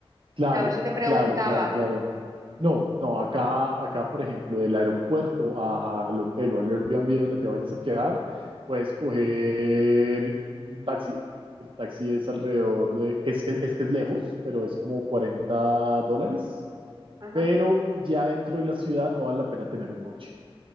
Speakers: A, on the right (about 55°); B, on the right (about 35°).
A: Claro,
B: A veces te preguntaba,
A: claro, claro, claro. No, no, acá, acá, por ejemplo, del aeropuerto a- al hotel o al Airbnb donde te vayas a quedar, puedes coger un taxi. El taxi es alrededor de, es, es, es que es lejos, pero es como 40 dólares.
B: ajá,
A: Pero ya dentro de la ciudad no vale la pena tener un coche.